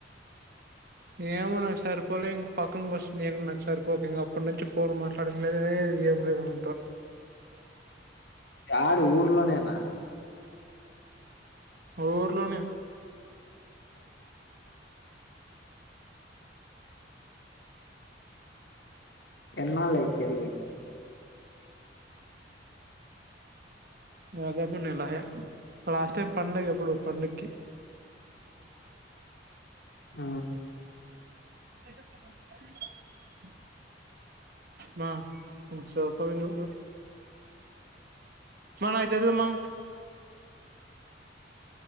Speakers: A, on the right; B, on the left.
A: ఏమో నాకు సరిపోలే ఇంక పక్కక వస్తుంది ఏం నాకు సరిపోక ఇంక అప్పటి నుంచి ఫోన్ మాట్లాడిది ఏం లేదు మనతో
B: యడ ఊర్లోనేనా
A: ఊర్లోనే
B: ఎన్నాళ్ళయి జరిగి
A: దాదాపు నెలయే లాస్ట్ టైం పండుగ ఎప్పుడు పండుగకి
B: ఆ
A: <inaudible> మా సోఫా వి నువ్వు మా నకు తెలియద్ మ